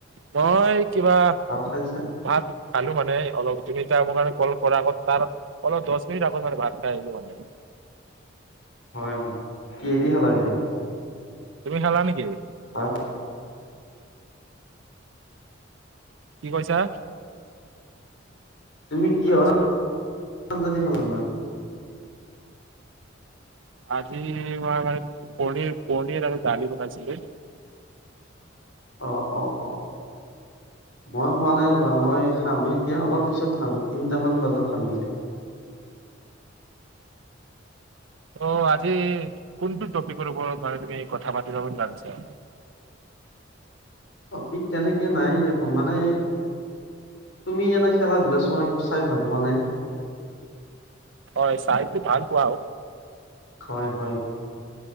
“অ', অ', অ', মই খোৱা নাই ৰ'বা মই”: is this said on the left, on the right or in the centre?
Left